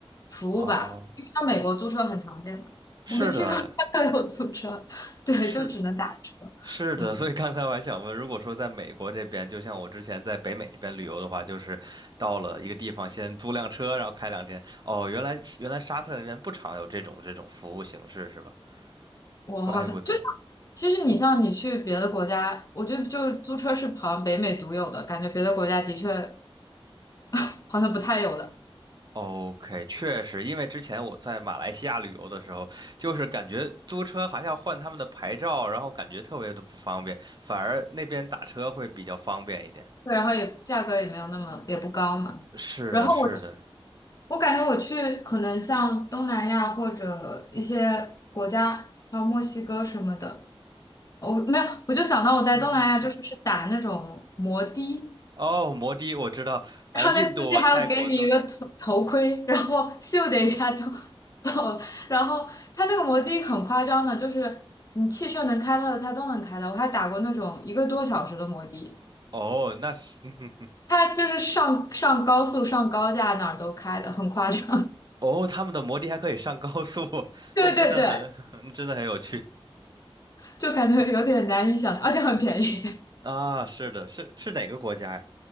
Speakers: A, on the left; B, on the right.
A: 服务吧？
B: 哦，
A: 因为像美国租车很常见嘛，
B: 是的，
A: 我没听说他们有租车，<laughs> 对，
B: 是
A: 就只能打车。
B: 是的，
A: 嗯，
B: 所以刚才我还想问，如果说在美国这边，就像我之前在北美这边旅游的话，就是到了一个地方先租辆车，然后开两天。哦，原来原来沙特那边不常有这种这种服务形式是吧？
A: 我好像就像，
B: 怪不得。
A: 其实你像你去别的国家，我觉得就租车是好像北美独有的，感觉别的国家的确 <laughs> 好像不太有的。
B: OK，确实，因为之前我在马来西亚旅游的时候，就是感觉租车还要换他们的牌照，然后感觉特别的不方便，反而那边打车会比较方便一点。
A: 对，然后也价格也没有那么也不高嘛。
B: 是的，
A: 然后我。
B: 是的，
A: 我感觉我去可能像东南亚或者一些国家，还有墨西哥什么的，我没有，我就想到我在东南亚就是是打那种摩的，
B: 嗯嗯，哦，摩的我知道，呃，
A: 然后那司机还会给你一个头头盔，
B: 印度啊、泰国都
A: 然后咻的一下就走了，然后他那个摩的很夸张的，就是你汽车能开到的他都能开到，我还打过那种一个多小时的摩的，
B: 哦，那是 <laughs>
A: 他就是上上高速上高架哪儿都开的，很夸张。<laughs>
B: 哦，他们的摩的还可以上高速，<laughs>
A: 对对对，
B: 那真的很，<laughs> 真的很有趣
A: 就感觉有点难以想象，而且很便宜。
B: 啊！是的，是是哪个国家呀？